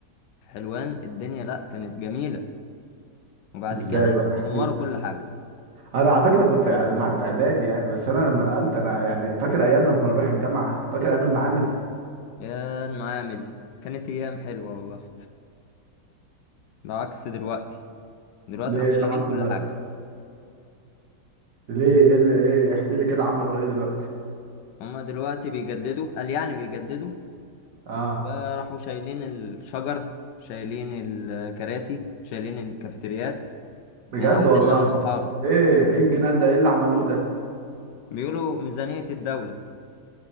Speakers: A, on the left (about 75°); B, on the right (about 65°).
A: في حلوان الدنيا لا كانت جميلة وبعد
B: ازاي
A: كده
B: بقى احكيلي
A: دمروا كل حاجة
B: انا على فكره كنت معاك في اعدادي يعني بس انا لما نقلت انا يعني فاكر ايام لما كنا نروح الجامعه فاكر ايام المعامل
A: يا المعامل كانت ايام حلوه والله ده عكس دلوقتي دلوقتي
B: ليه
A: راحوا
B: ايه
A: شايلين
B: اللي حصل
A: كل
B: دلوقتي
A: حاجه
B: ليه ايه اللي ايه احكي لي كده عملوا ايه دلوقتي
A: هما دلوقتي بيجددوا قال يعني بيجددوا
B: اه
A: فراحوا شايلين الشجر شايلين الكراسي شايلين الكافيتريات
B: بجد
A: ومقعديننا
B: والله
A: على المحاره
B: ايه ايه الجنان ده ايه اللي عملوه ده
A: بيقولوا ميزانيه الدوله